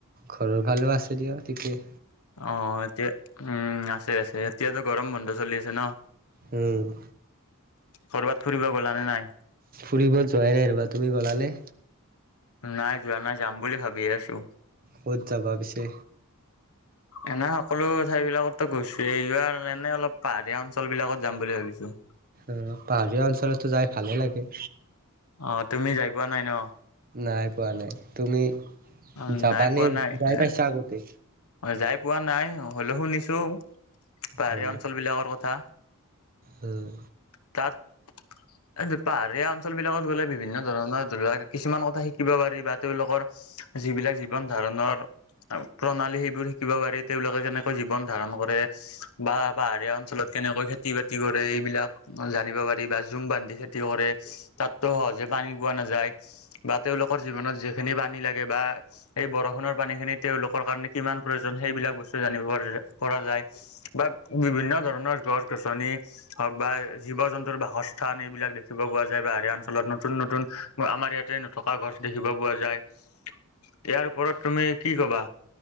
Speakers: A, on the right; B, on the left.
A: ঘৰৰ ফালেও আছে দিয়া ঠিকেই।
B: অ' এতিয়া উম আছে আছে। এতিয়াতো গৰম বন্ধ চলি আছে ন?
A: উম
B: কৰবাত ফুৰিব গ'লা নে নাই?
A: ফুৰিব যোৱাই নাই ৰ'বা, তুমি গ'লা নে?
B: নাই যোৱা নাই যাম বুলি ভাবি আছো।
A: ক'ত যাবা পিছে?
B: এনে সকলো ঠাই বিলাকতো গৈছোয়ে, এইবাৰ এনে অলপ পাহাৰীয়া অঞ্চল বিলাকত যাম বুলি ভাবিছো।
A: অ' পাহাৰীয়া অঞ্চলতো যাই ভালে লাগে।
B: অ' তুমি যাই পোৱা নাই ন?
A: নাই পোৱা নাই। তুমি
B: উম,
A: যাবানে
B: নাই পোৱা নাই
A: যাই
B: এ
A: পাইছা আগতে?
B: যাই পোৱা নাই হ'লেও শুনিছো পাহাৰীয়া
A: অ
B: অঞ্চল বিলাকৰ কথা।
A: উম।
B: তাত এই পাহাৰীয়া অঞ্চল বিলাকত গ'লে বিভিন্ন ধৰণৰ ধৰিলোৱা কিছুমান কথা শিকিব পাৰি বা তেওঁলোকৰ যিবিলাক জীৱন ধাৰণৰ প্ৰণালী সেইবোৰ শিকিব পাৰি তেওঁলোকে কেনেকৈ জীৱন ধাৰণ কৰে বা পাহাৰীয়া অঞ্চলত কেনেকৈ খেতি-বাতি কৰে সেইবিলাক জানিব পাৰি, বা জুম বান্ধি খেতি কৰে, তাতো সহজে পানী পোৱা নাযায়। বা তেওঁলোকৰ জীৱনত যিখিনি পানী লাগে বা এই বৰষুণৰ পানীখিনি তেওঁলোকৰ কাৰণে কিমান প্ৰয়োজন সেইবিলাক বস্তু জানিব পৰা পৰা যায়। বা বিভিন্ন ধৰণৰ গছ-গছনি হওক বা জীৱ-জন্তুৰ বাসস্থান এইবিলাক দেখিব পোৱা যায় পাহাৰীয়া অঞ্চলত, নতুন নতুন আমাৰ ইয়াতে থকা গছ দেখিব পোৱা যায়। ইয়াৰ ওপৰত তুমি কি কবা?